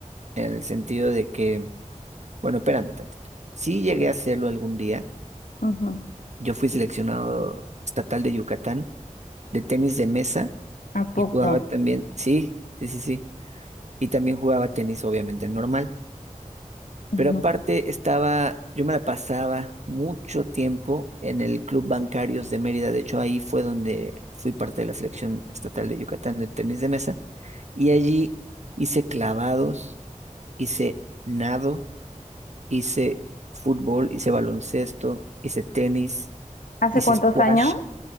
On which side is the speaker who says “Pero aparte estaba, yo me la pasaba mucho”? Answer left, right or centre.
Right